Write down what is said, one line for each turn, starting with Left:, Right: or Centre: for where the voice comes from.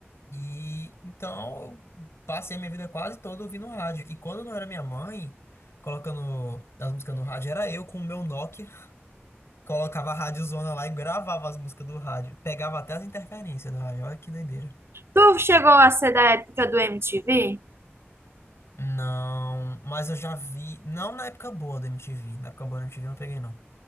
Left: E então eu passei a minha vida quase toda ouvindo rádio. E quando não era minha mãe colocando as músicas no rádio, era eu com o meu Nokia. Colocava a rádiozona lá e gravava as músicas do rádio. Pegava até as interferências do rádio. Olha que doideira.
Right: Tu chegou a ser da época do MTV?
Left: Não, mas eu já vi. Não na época boa da MTV. Na época boa da MTV eu não peguei, não.